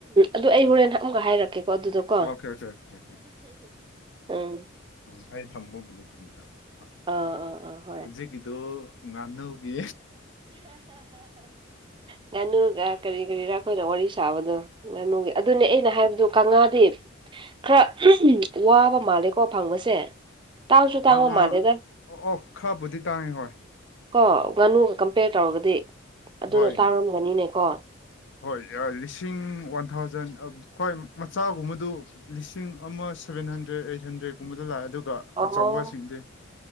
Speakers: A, on the right; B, on the left.
A: ꯑꯗꯨ ꯑꯩ ꯍꯣꯔꯦꯟ ꯑꯃꯛꯒ ꯍꯥꯏꯔꯛꯀꯦ ꯑꯗꯨꯗꯀꯣ
B: ꯑꯣꯀꯦ ꯑꯣꯀꯦ ꯑꯣꯀꯦ ꯑꯣꯀꯦ
A: ꯎꯝ
B: ꯎꯝ ꯑꯩ ꯊꯝꯕꯕꯨꯗꯤ <unintelligible>
A: ꯑꯥ ꯑ ꯑ ꯍꯣꯏ
B: ꯍꯧꯖꯤꯛꯀꯤꯗꯣ ꯉꯥꯡꯅꯨꯒꯤ
A: ꯉꯥꯅꯨꯒ ꯀꯔꯤ ꯀꯔꯤꯔꯥ ꯑꯩꯈꯣꯏꯅ ꯋꯥꯔꯤ ꯁꯥꯕꯗꯣ ꯉꯥꯅꯨꯒꯤ ꯑꯗꯨꯅꯦ ꯑꯩꯅ ꯍꯥꯏꯕꯗꯣ ꯀꯥꯡꯉꯥꯗꯤ ꯈꯔ ꯋꯥꯕ ꯃꯥꯜꯂꯦꯀꯣ ꯐꯪꯕꯁꯦ ꯇꯥꯡꯁꯨ
B: ꯀꯥꯉꯥ
A: ꯇꯥꯡꯕ ꯃꯥꯜꯂꯦꯗ
B: ꯑꯣ ꯑꯣ ꯈꯔꯕꯨꯗꯤ ꯇꯥꯡꯉꯦ ꯍꯣꯏ
A: ꯀꯣ ꯉꯥꯅꯨꯒ ꯀꯝꯄꯦꯌꯔ ꯇꯧꯔꯒꯗꯤ
B: ꯍꯣꯏ
A: ꯑꯗꯨꯅ ꯇꯥꯡꯉꯝꯒꯅꯤꯅꯦ ꯀꯣ
B: ꯍꯣꯏ ꯂꯤꯁꯤꯡ ꯋꯥꯟ ꯊꯥꯎꯖꯟ ꯍ꯭ꯣꯏ ꯃꯆꯥꯒꯨꯝꯕꯗꯨ ꯂꯤꯁꯤꯡ ꯑꯃ ꯁꯚꯦꯟ ꯍꯟꯗ꯭ꯔꯦꯗ ꯑꯩꯠ ꯍꯟꯗ꯭ꯔꯦꯗꯀꯨꯝꯕꯗ ꯂꯥꯛꯑꯦ ꯑꯗꯨꯒ
A: ꯑꯣ
B: ꯑꯆꯧꯕꯁꯤꯡꯗꯤ